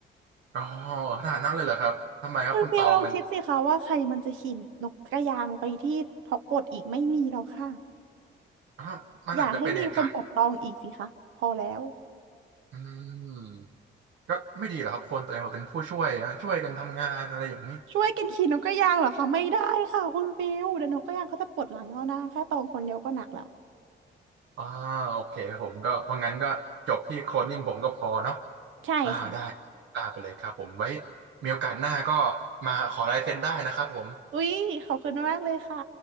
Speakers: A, on the right; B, on the right.
A: อ๋อขนาดนั้นเลยเหรอครับทำไมครับคุณตองมัน
B: คุณฟิวลองคิดสิคะว่าใครมันจะขี่นกกระยางไปที่ฮอกวอตส์อีกไม่มีแล้วค่ะ
A: อ้าวมันอาจจะเป็นเหตุการณ์
B: อย่าให้มีคนแบบตองอีกสิคะพอแล้ว
A: อืมก็ไม่ดีเหรอกครับคนตัวเองมาเป็นผู้ช่วยนะช่วยกันทำงานอะไรอย่างนี้
B: ช่วยกันขี่นกกระยางเหรอคะไม่ได้ค่ะคุณฟิวเดี๋ยวนกกระยางเขาจะปวดหลังเอานะแค่ตองคนเดียวก็หนักแล้ว
A: อ่าโอเคครับผมก็เพราะงั้นก็จบที่โคลนนิ่งผมก็พอเนาะ
B: ใช่ค่ะ
A: อ่าได้ได้ไปเลยครับผมไว้มีโอกาสหน้าก็มาขอลายเซ็นได้นะครับผม
B: อุ๊ยขอบคุณมากเลยค่ะ